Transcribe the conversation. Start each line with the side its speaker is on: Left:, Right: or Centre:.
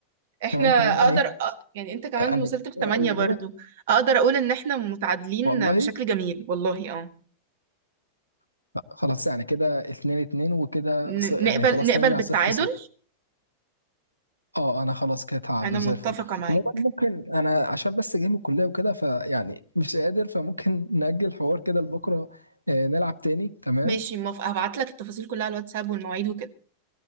Right: احنا
Left: كمان كمان ايه
Right: اقدر أ- يعني انت كمان
Left: آه، انا
Right: وصلت بثمانية
Left: آه، الإجابة
Right: برضو اقدر اقول ان احنا متعادلين
Left: والله
Right: بشكل جميل والله اه
Left: خلاص يعني كده اتنين اتنين وكده
Right: ن-
Left: ص- يعني
Right: نقبل
Left: خلاص
Right: نقبل
Left: نرجع
Right: بالتعادل
Left: صفر صفر اه انا خلاص كده تعدوا
Right: انا
Left: زي
Right: متفقة
Left: الفل
Right: معاك
Left: عموما ممكن انا عشان بس جاي من الكلية وكده فيعني مش قادر فممكن نأجل الحوار كده لبكرة آه، نلعب تاني تمام
Right: ماشي موافقة هبعت لك التفاصيل كلها على الواتساب والمواعيد وكده